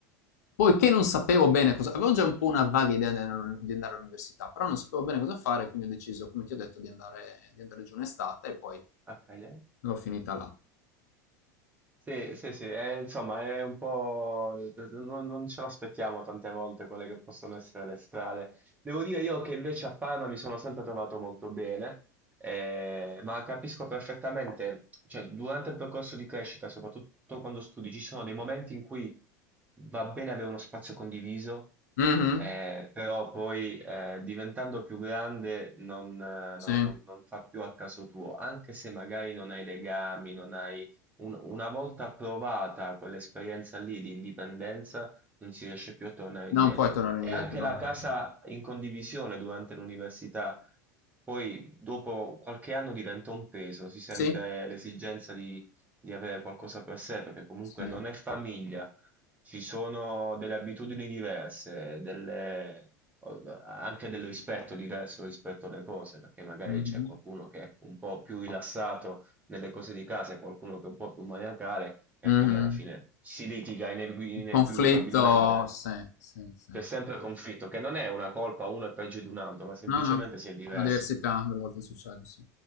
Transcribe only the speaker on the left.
Poiché non sapevo bene cosa, avevo già un po' una vaga idea di andare- di andare all'università, però non sapevo bene cosa fare, quindi ho deciso, come ti ho detto, di andare, di andare giù in estate e poi
l'ho finita là.
Mhm,
sì.
Mm.
Non
puoi tornare
indietro.
no,
no,
no.
Sì?
Sì.
Mh-mh.
Mh-mh.
Il
conflitto sì, sì, sì.
No, no,
l'università alle volte succede, sì.